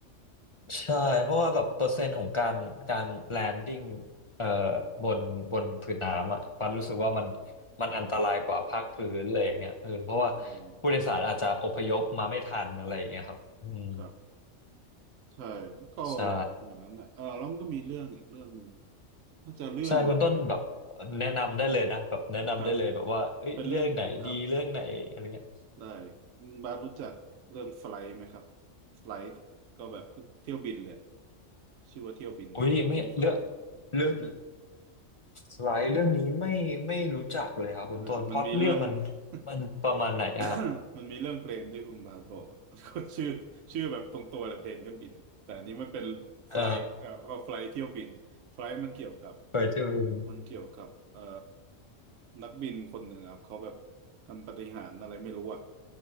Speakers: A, on the left; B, on the right.
A: ใช่เพราะว่าแบบเปอร์เซ็นต์ของการการแลนดิ้งเอ่อบนบนผืนน้ำอ่ะปันรู้สึกว่ามันมันอันตรายกว่าภาคพื้นเลยอย่างเงี้ยเออเพราะว่า
B: อืม
A: ผู้โดยสารอาจจะอพยพมาไม่ทันอะไรอย่างเงี้ยครับอืม
B: ครับใช่ก็
A: ใช่
B: อย่างนั้นนะเออแล้วมันก็มีเรื่องอีกเรื่องหนึ่งน่าจะเรื่อง
A: ใช่คุณต้นแบบแนะนำได้เลยนะแบบแนะนำได้เลยแบบว่าเอ้ยเรื่องไหนดีเรื่องไหนอะไรเงี้ย
B: ครับเป็นเรื่องครับได้อืมบาสรู้จักเรื่องไฟล์ไหมครับไฟล์ก็แบบเที่ยวบินเลยชื่อว่าเที่ยวบินเรื่องไฟล์
A: อุ้ยไม่เรือกเรื่องสไลด์เรื่องนี้ไม่ไม่รู้จักเลยครับคุณต้นพล็อตเรื่องมัน
B: เออมันมีเรื่อง
A: มันประมาณไหนอะครับ
B: <coughs> มันมีเรื่องเพลนที่คุณบาสบอกอะ <laughs> ก็ชื่อชื่อแบบตรงตัวแหละเพลนเครื่องบินแต่อันนี้มันเป็นไฟล์เอ่อก็ไฟล์เที่ยวบินไฟล์มันเกี่ยวกับ
A: เออ เคยทีิน
B: มันเกี่ยวกับเอ่อนักบินคนหนึ่งครับเขาแบบทำปาฏิหาริย์อะไรไม่รู้อ่ะ